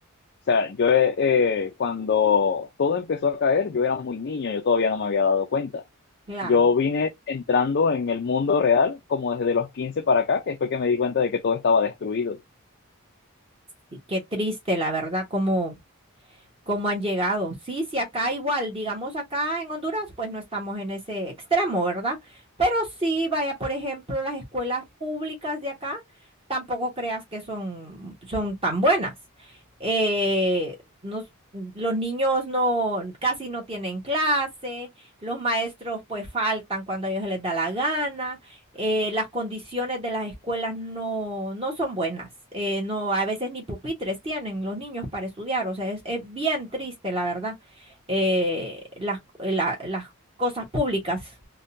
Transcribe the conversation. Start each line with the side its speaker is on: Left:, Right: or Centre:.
Left: o sea, yo eh, cuando todo empezó a caer, yo era muy niño, yo todavía no me había dado cuenta.
Right: claro.
Left: Yo vine entrando en el mundo real como desde los 15 para acá, que fue que me di cuenta de que todo estaba destruido.
Right: Sí, qué triste, la verdad, como... cómo han llegado. Sí, sí, acá igual, digamos acá en Honduras, pues no estamos en ese extremo, ¿verdad? Pero sí, vaya, por ejemplo, las escuelas públicas de acá, tampoco creas que son, son tan buenas. Eh, nos- los niños no, casi no tienen clase, los maestros pues faltan cuando a ellos les da la gana eh, las condiciones de las escuelas no, no son buenas. eh, no, a veces ni pupitres tienen los niños para estudiar. O sea, es, es bien triste, la verdad, eh, las, eh, la- las cosas públicas